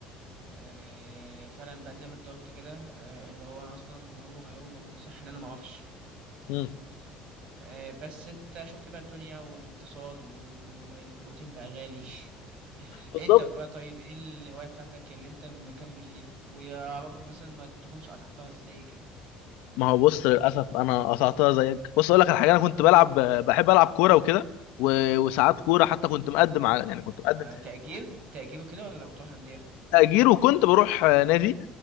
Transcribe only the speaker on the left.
مم.
بالظبط.
ما هو بص للاسف انا قطعتها زيك بص اقول لك على حاجه انا كنت بلعب بحب العب كوره وكده و- وساعات كوره حتى كنت مقدم على يعني كنت
مقدم
تأجير وكنت بروح آه، نادي